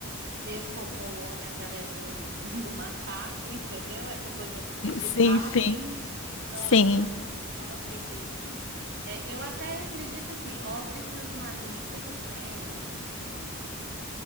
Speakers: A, on the right (about 50°); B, on the left (about 60°).
A: que Deus formou o homem através do, <laughs> do macaco, entendeu? Essa coisa de
B: Sim,
A: Darwin,
B: sim,
A: não,
B: sim,
A: a- não, não acredito. É, eu até acredito assim, óbvio que os mamíferos, né, o- e, e- e